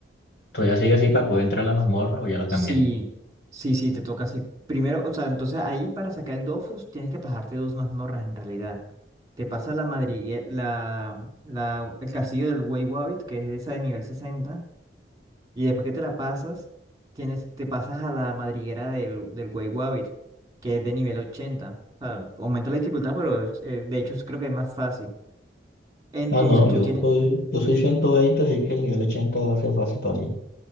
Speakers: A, on the left; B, on the right.
A: ¿Todavía sigue así para poder entrar a la mazmorra o ya lo cambiaron?
B: Sí, sí, sí, te toca así. Primero, o sea, entonces ahí para sacar el Dofus tienes que pasarte dos mazmorras en realidad. Te pasa la madriguera, la, la, el castillo del Wey Wabbit, que es esa de nivel sesenta y después que te la pasas, tienes, te pasas a la madriguera del, del Wey Wabbit, que es de nivel 80. O sea, aumenta la dificultad, pero es, eh, de hecho es- creo que es más fácil. Entonces
A: Ah, no, yo
B: tú tienes,
A: soy, yo soy 120 así que el nivel 80 va a ser fácil para mí.